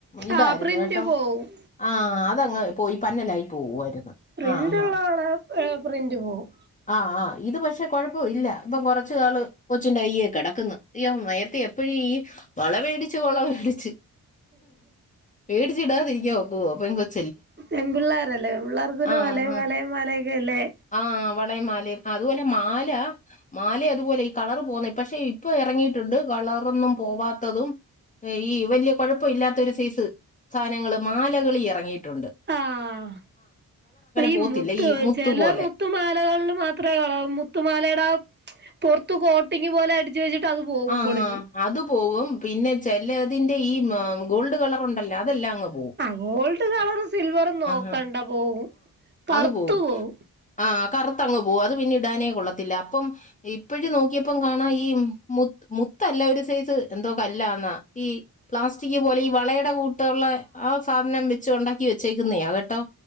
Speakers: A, on the left; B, on the right.
A: ഇതാരുന്നു
B: ആ പ്രിന്റ്
A: കേട്ടോ
B: പോവും
A: ആഹ് അതങ്ങ് പോയി പന്നലായി പോകുവാരുന്നു
B: പ്രിന്റുള്ള
A: ആഹ് ആഹ്
B: വള പ്രിന്റ് പോവും
A: ആഹ് ആഹ് ഇത് പക്ഷെ കൊഴപ്പവില്ല ഇപ്പൊ കൊറച്ചുനാള് കൊച്ചിന്റെ കയ്യെ കെടക്ക്‌ന്ന് അയ്യോ നേരത്തെ എപ്പഴും ഈ വള മേടിച്ചു വള മേടിച്ച് മേടിച്ചിട്കാ തിരിയ്ക്കാ പൊക്കൂവ പെങ്കൊച്
B: പെമ്പിള്ളാരല്ലേ പിള്ളാർക്ക്‌ പിന്നെ
A: ആഹ്
B: വളെ മലേ മലെക്കെ അല്ലേ
A: ആഹ് വളേം മാലേം അതുപോലെ മാല മാലേം അതുപോലെ ഈ കളറ് പോന്നേ പക്ഷെ ഇപ്പൊ ഇറങ്ങിട്ടുണ്ട് കളറൊന്നും പോവാത്തതും ഈ വലിയ കൊഴപ്പവില്ലാത്തൊരു സൈസ് സാധനങ്ങള് മാലകള് എറങ്ങിയിട്ടുണ്ട്
B: ആഹ് അപ്പൊ ഈ
A: പോത്തില്ല
B: മുത്ത്
A: ഈ
B: ചെല
A: പോലെ
B: മുത് ത്തുമാലകളില് മാത്രേ കള മുത്തുമാലേട പുറത്തു കോട് ട്ടിങ്ങ് പോലെ അടിച്ച് വച്ചിട്ട് അത് പോകും
A: ആഹ്
B: പൊളിഞ്
A: ആഹ് അത് പോകും പിന്നെ ചെലതിന്റെ ഈ ഏഹ് ഗോൾഡ് കളറുണ്ടല്ലോ അതെല്ലാം അങ്ങ് പോക്
B: ആഹ് ഗോൾഡ് കളറും സിൽവറും നോക്കണ്ട
A: ആഹ്
B: പോകും കറുത്തു
A: അത് പോവും
B: പോകും
A: ആഹ് കറുത്തങ്ങ് പോകും അത് പിന്നെ ഇടാനേ കൊള്ളത്തില്ല അപ്പം ഇപ്പഴി നോക്കിയപ്പം കാണാ ഈമ് മുത് മുത്തല്ല ഒരു സൈസ് എന്തോ കല്ലാന്നാ ഈ പ്ലാസ്റ്റിക് പോലെ ഈ വളയുടെ കൂട് ട്ടൊള്ളെ ആഹ് സാധനം വെച്ച് ഒണ്ടാക്കി വെച്ചേക്കുന്നയാ കേട്ടോ